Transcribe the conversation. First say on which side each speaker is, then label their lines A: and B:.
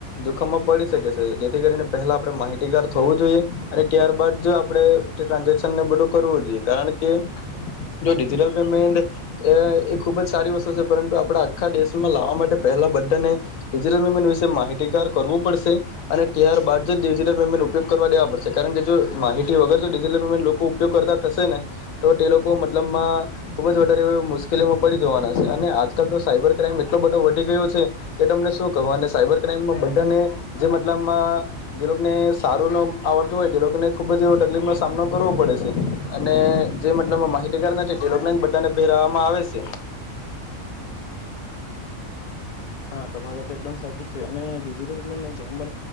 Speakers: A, on the left (about 75°); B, on the left (about 40°).
A: જોખમમાં પડી શકે છે. જેથી કરીને પહેલા આપણે માહિતીગાર થવું જોઈએ અને ત્યારબાદ જ આપણે ટ્રાન્ઝેક્શનને બધું કરવું જોઈએ. કારણ કે જો ડિજિટલ પેમેન્ટ એ એ ખુબ જ સારી વસ્તુ છે. પરંતુ, આપણે આખા દેશમાં લાવવા માટે પહેલા બધાને ડિજિટલ પેમેન્ટ વિશે માહિતીગાર કરવું પડશે. અને ત્યારબાદ જ ડિજિટલ પેમેન્ટ ઉપયોગ કરવા દેવા પડશે. કારણ કે જો માહિતી વગર જો ડિજિટલ પેમેન્ટ લોકો ઉપયોગ કરતા થશે ને, તો તે લોકો મતલબમાં ખૂબ જ વધારે એ મુશ્કેલીમાં પડી જવાના છે. અને આજકાલ તો સાયબર ક્રાઈઇમ એટલો બધો વધી ગયો છે. કે તમને શું કહો? અને સાયબર ક્રાઈમમાં બધાને જે મતલબમાં જે લોકોને સારું ન આવડતું હોય તે લોકોને ખૂબ જ એ તકલીફમાં સામનો કરવો પડે સે. અને જે મતલબ માહિતીગાર નથી તે લોકને બધાને ભેરવાંમા આવે છે. <inaudible>
B: હા! ટમારા તો એકદમ સાચી જ છે. અને ડીજીટલ <inaudible> જેમ બ હ